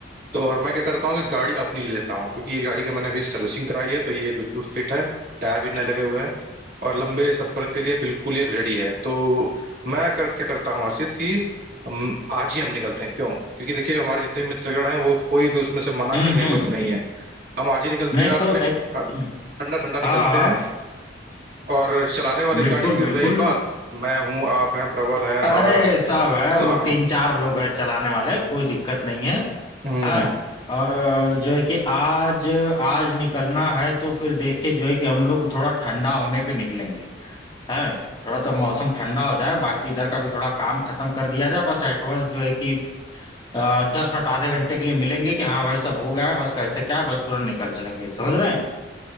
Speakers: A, on the right; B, on the left.
A: तो और मैं क्या करता हूँ कि गाड़ी अपनी ले लेता हूँ क्योंकि ये गाड़ी का मैंने अभी सर्विसिंग कराई है तो ये बिल्कुल फिट है टायर भी नए लगे हुए हैं और लंबे सफर के लिए बिल्कुल ये रेडी है तो मैं कर, क्या करता हूँ हर्षित कि हम आज ही हम निकलते हैं क्यों क्योंकि देखिए हमारे जितने भी मित्रगण हैं वो कोई भी उसमें से मना
B: हम्म
A: करने
B: हम्म
A: वाला तो नहीं है हम आज ही निकलते
B: नहीं
A: हैं रात
B: तो
A: में
B: एक
A: हाँ, ठंडा ठंडा निकलते
B: हाँ हाँ
A: हैं और चलाने वाली
B: बिल्कुल
A: गाड़ी की
B: बिल्कुल
A: रही बात मैं हूँ आप हैं प्रबल है
B: अरे
A: और शिवांग
B: सब है वो तीन चार लोग हैं चलाने वाले कोई दिक्कत नहीं है
A: हम्म
B: हाँ और अ, जो है कि आज आज निकलना है तो फिर देखिए जो है कि हम लोग थोड़ा ठंडा होने पे निकलेंगे हैं थोड़ा तो मौसम ठंडा हो जाए बाकी इधर का भी थोड़ा काम खत्म कर दिया जाए बस एडवांस जो है कि अ, दस मिनट आधे घंटे के लिए मिलेंगे कि हाँ भाई सब हो गया है बस कैसे क्या बस तुरंत निकल चलेंगे समझ रहे हैं